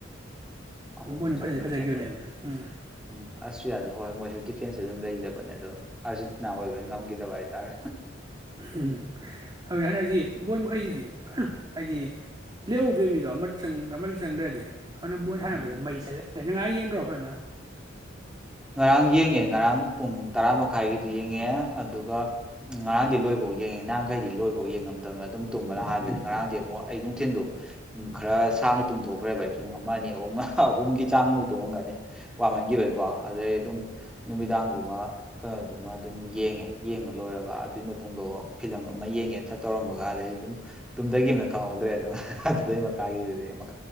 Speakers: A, in the centre; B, on the right.
A: ꯑꯍꯨꯝ
B: ꯎꯝ ꯅꯤ
A: ꯆꯟ
B: ꯐꯥꯅꯤ ꯐꯖꯥꯒꯤꯦꯕꯅꯦ
A: ꯆꯟꯗꯣꯏ
B: ꯎꯝ
A: ꯎꯝ ꯑꯁꯁꯨ ꯌꯥꯗꯣ ꯍꯣꯏ ꯃꯣꯏꯁꯨ ꯗꯤꯐꯦꯟꯁꯁꯨ ꯑꯗꯨꯝ ꯂꯩꯖꯕꯅꯦ ꯑꯗꯣ ꯑꯔꯖꯤꯠꯅꯥ ꯑꯣꯏꯕꯩ ꯉꯝꯈꯤꯗꯕ ꯍꯥꯏꯇꯥꯔꯦ
B: ꯎꯝ ꯑꯗꯨꯅ ꯍꯟꯗꯛꯁꯤ ꯕꯣꯠ ꯃꯈꯩꯁꯤꯗꯤ ꯍꯥꯏꯗꯤ ꯂꯍꯧꯗꯣꯏ ꯃꯤꯗꯣ ꯑꯃꯪ ꯑꯃ ꯆꯪꯗ꯭ꯔꯗꯤ ꯑꯗꯨꯅ ꯕꯣꯜ ꯁꯥꯟꯅꯕꯁꯦ
A: ꯎꯝ
B: ꯃꯩ ꯆꯠꯂ ꯅ ꯉꯥꯏ ꯌꯦꯡꯗ꯭ꯔꯣ ꯐꯖꯅ
A: ꯉꯔꯥꯡ ꯌꯦꯡꯉꯦ ꯉꯔꯥꯡ ꯄꯨꯡ ꯇꯔꯥ ꯃꯈꯥꯏꯒꯤꯗꯨ ꯌꯦꯡꯉꯦ ꯑꯗꯨꯒ ꯉꯔꯥꯡꯗꯤ ꯂꯣꯏꯕꯧ ꯌꯦꯡꯉꯤ ꯅꯍꯥꯟꯈꯩꯗꯤ ꯂꯣꯏꯕꯧ ꯌꯦꯡꯉꯝꯗꯕꯅ ꯑꯗꯨꯝ ꯇꯨꯝꯕ ꯂ ꯍꯥꯏꯕꯅꯤ ꯉꯔꯥꯡꯗꯤ ꯑꯃꯨꯛ ꯑꯩ ꯅꯨꯡꯊꯤꯤꯟꯗ ꯈꯔ ꯁꯥꯡꯅ ꯇꯨꯝꯊꯣꯛꯈ꯭ꯔꯦꯕ ꯑꯩ ꯄꯨꯡ ꯑꯃ ꯑꯅꯤ ꯑꯍꯨꯝ ꯑꯍꯨꯝꯒꯤ ꯆꯥꯡꯃꯨꯛ ꯇꯣꯡꯉꯝꯒꯅꯤ ꯋꯥꯃꯟꯈꯤꯕꯩꯀꯣ ꯑꯗꯩ ꯑꯗꯨꯝ ꯅꯨꯃꯤꯗꯥꯡꯗꯨꯃ ꯀꯩꯅꯣꯗꯨꯃ ꯑꯗꯨꯝ ꯌꯦꯡꯉꯦ ꯌꯦꯡꯉ ꯂꯣꯏꯔꯒ ꯑꯗꯨꯒꯤ ꯃꯇꯨꯡꯗꯣ ꯐꯤꯂꯝ ꯑꯃ ꯌꯦꯡꯉꯦ ꯇꯧꯔꯝꯕꯒ ꯑꯗꯩ ꯑꯗꯨꯝ ꯇꯨꯝꯗꯒꯤ ꯑꯃꯅ ꯈꯪꯍꯧꯗ꯭ꯔꯦ ꯑꯗꯨꯅ ꯑꯗꯨꯗꯩ ꯃꯈꯥꯒꯤꯗꯨꯗꯤ ꯑꯃꯨꯛ